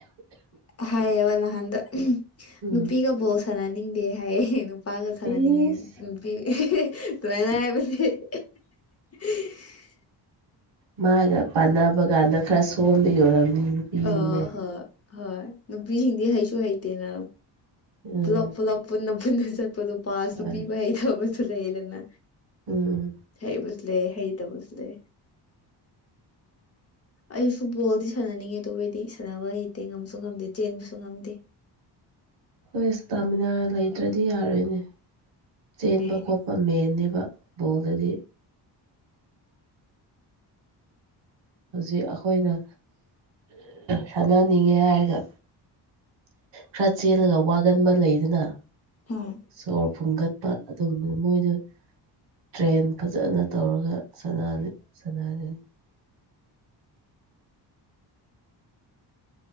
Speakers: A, on the left; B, on the right.
A: ꯍꯥꯏꯌꯦꯕ ꯅꯍꯥꯟꯗꯣ
B: ꯎꯝ
A: ꯅꯨꯄꯤꯒ ꯕꯣꯜ ꯁꯥꯟꯅꯅꯤꯡꯗꯦ ꯍꯥꯏꯌꯦ ꯅꯨ ꯄꯥꯒ ꯁꯥꯟꯅꯅꯤꯡꯉꯦ
B: ꯏꯁ
A: ꯅꯨꯄꯤ ꯗꯨꯃꯥꯏꯅ ꯍꯥꯏꯕ <unintelligible> <unintelligible>
B: ꯃꯥꯒ ꯄꯥꯟꯅꯕ ꯀꯥꯟꯗ ꯈꯔ ꯁꯣꯟꯕꯒꯤ ꯑꯣꯏꯔꯝꯅꯤ ꯅꯨꯄꯤꯁꯤꯡꯅꯦ
A: ꯑꯣ ꯍꯣ ꯍꯣꯏ ꯅꯨꯄꯤꯁꯤꯡꯗꯤ ꯍꯩꯁꯨ ꯍꯩꯇꯦꯅꯥ
B: ꯎꯝ
A: ꯄꯨꯂꯞ ꯄꯨꯂꯞ ꯄꯨꯟꯅ ꯄꯨꯟꯅ ꯆꯠꯄꯗꯣ ꯄꯥꯁꯁꯨ
B: ꯍꯣꯏ
A: ꯄꯤꯕ ꯍꯩꯇꯕꯁꯨ ꯂꯩꯌꯦꯗꯅ
B: ꯎꯝ
A: ꯍꯩꯕ <unintelligible> ꯂꯩ ꯍꯩꯇꯕꯁꯨ ꯂꯩ ꯑꯩꯁꯨ ꯕꯣꯜꯗꯤ ꯁꯥꯟꯅꯅꯤꯡꯉꯤ <unintelligible> ꯑꯩꯗꯤ ꯁꯥꯟꯅꯕ ꯍꯩꯇꯦ ꯉꯝꯁꯨ ꯉꯝꯗꯦ ꯆꯦꯟꯕꯁꯨ ꯉꯝꯗꯦ
B: ꯍꯣꯏ ꯁ꯭ꯇꯥꯃꯤꯅꯥ ꯂꯩꯇ꯭ꯔꯗꯤ ꯌꯥꯔꯣꯏꯅꯦ ꯆꯦꯟꯕ
A: ꯑꯩꯗꯤ
B: ꯈꯣꯠ ꯄ ꯃꯦꯟꯅꯦꯕ ꯕꯣꯜꯗꯗꯤ ꯍꯧꯖꯤꯛ ꯑꯈꯣꯏꯅ ꯁꯥꯟꯅ ꯅꯤꯡꯉꯦ ꯍꯥꯏꯔꯒ ꯈꯔ ꯆꯦꯜꯂꯒ ꯋꯥꯒꯟꯕ ꯂꯩꯗꯅꯥ
A: ꯎꯝ
B: ꯁꯣꯔ ꯐꯨꯟꯒꯠꯄ <unintelligible> ꯃꯣꯏꯗ ꯇ꯭ꯔꯦꯟ ꯐꯖꯅ ꯇꯧꯔꯒ ꯁꯥꯅ <unintelligible> ꯁꯥꯅꯒꯅꯤ